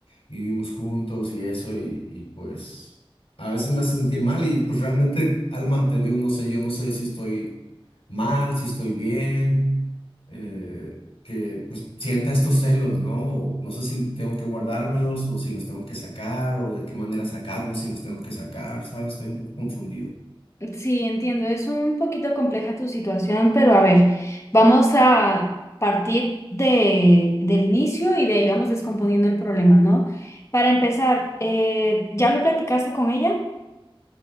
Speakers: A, on the left; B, on the left.
A: vivimos juntos y eso y, y, pues a veces me hace sentir mal y pues realmente, Alma, te digo, no sé, yo no sé si estoy mal, si estoy bien, eh, que pues sienta estos celos, ¿no? O no sé si tengo que guardármelos o si los tengo que sacar o de qué manera sacarlos, si los tengo que sacar, ¿sabes? Estoy un poco confundido.
B: Sí, entiendo, es un poquito compleja tu situación, pero a ver, vamos a partir de, del inicio y de ahí vamos descomponiendo el problema, ¿no? Para empezar, eh, ¿ya lo platicaste con ella?